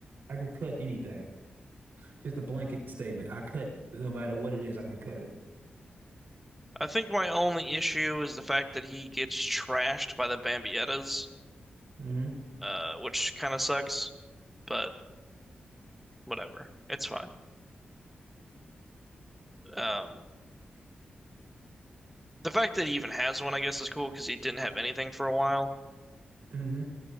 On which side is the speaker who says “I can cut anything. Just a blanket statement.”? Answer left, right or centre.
Right